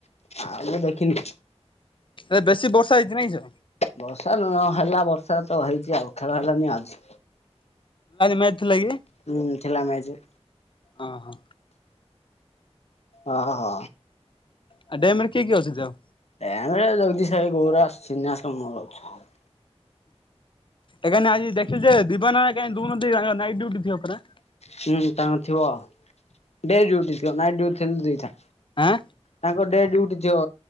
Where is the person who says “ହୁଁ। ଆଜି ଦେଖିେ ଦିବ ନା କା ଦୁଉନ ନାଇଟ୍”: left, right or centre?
Left